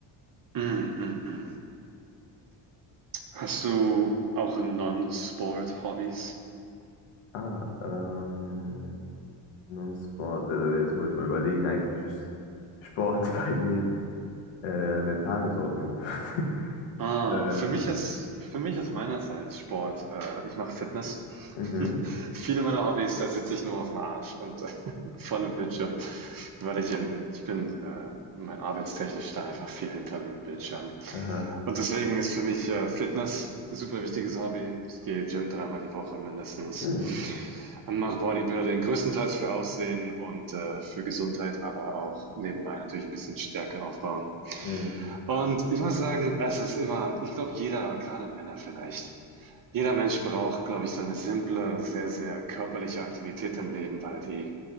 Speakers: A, on the right (about 45°); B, on the left (about 80°).
A: mm, mm, mm. Hast du auch Non-Sport-Hobbys?
B: Ah, ähm, Non-Sport. Also jetzt muss ich mal überlegen. Eigentlich ist Sport <laughs> bei mir äh, an der Tagesordnung. <laughs>
A: Ah,
B: äh,
A: für mich ist, für mich ist meinerseits Sport. Äh, ich mache Fitness.
B: mhm.
A: <laughs> Viele meiner Hobbys, da sitze ich nur auf dem Arsch und <laughs> äh, vor einem Bildschirm, weil ich in, ich bin äh, mein- arbeitstechnisch da einfach viel hinterm Bildschirm.
B: Aha.
A: Und deswegen ist für mich äh, Fitness ein super wichtiges Hobby. Ich gehe Gym dreimal die Woche mindestens
B: Mhm.
A: und mache Bodybuilding größtenteils für Aussehen und äh, für Gesundheit, aber auch nebenbei natürlich ein bisschen Stärke aufbauen.
B: Mhm.
A: Und ich muss sagen, es ist immer ich glaube, jeder, gerade Männer vielleicht jeder Mensch braucht, glaube ich, so eine simple, sehr, sehr körperliche Aktivität im Leben, weil die